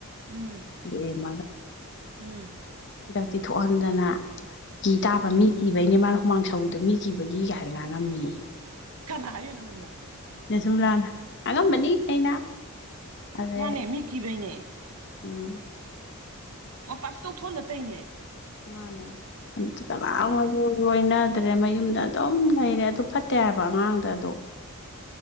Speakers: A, on the right (about 80°); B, on the left (about 55°).
A: ꯎꯝ
B: ꯑꯗꯨ
A: ꯎꯝ
B: ꯇꯤꯊꯣꯛꯍꯟꯗꯅ ꯀꯤ ꯇꯥꯕ ꯃꯤ ꯀꯤꯕꯩꯅꯦ ꯃꯥꯅ ꯍꯨꯃꯥꯡ ꯁꯧꯋꯤꯗꯣ ꯃꯤ ꯀꯤꯕꯒꯤꯒ ꯍꯥꯏꯔ ꯉꯥꯡꯉꯝꯃꯤ
A: ꯀꯅꯥ ꯍꯥꯏꯅꯣ ꯅꯉꯣꯟꯗ
B: ꯁꯨꯝꯂ ꯑꯉꯝꯕꯅꯤ ꯑꯩꯅ ꯑꯗꯩ
A: ꯃꯥꯅꯦ ꯃꯤꯀꯤꯕꯩꯅꯦ
B: ꯎꯝ
A: ꯃꯄꯥꯥꯟ ꯁꯇꯧ ꯊꯣꯟꯅ ꯇꯩꯅꯦ
B: ꯃꯥꯅꯦ ꯑꯗꯨ ꯀꯅꯥ ꯑꯗꯨ ꯑꯣꯏꯅ ꯐꯠꯇ꯭ꯔꯦ ꯃꯌꯨꯝꯗ ꯑꯗꯨꯝ ꯂꯩꯔꯦ ꯑꯗꯨ ꯐꯠꯇꯦ ꯍꯥꯏꯕ ꯑꯉꯥꯡꯗ ꯑꯗꯨ